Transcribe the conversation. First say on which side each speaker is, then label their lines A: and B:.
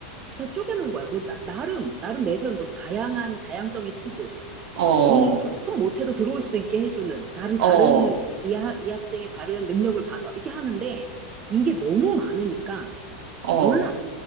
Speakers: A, on the right; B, on the right.
A: 다 쪼개 놓은 거야. 뭐 나, 름 나름 내세운 그뭐 다양한 다양성의 추구,
B: 어,
A: 뭐 공부를 좀 못해도 들어올 수 있게 해주는 다른 다른
B: 어, 어,
A: 이, 학, 이 학생의 다른 능력을 봐서 이렇게 하는데 이게 너무 많으니까
B: 어.
A: 몰라.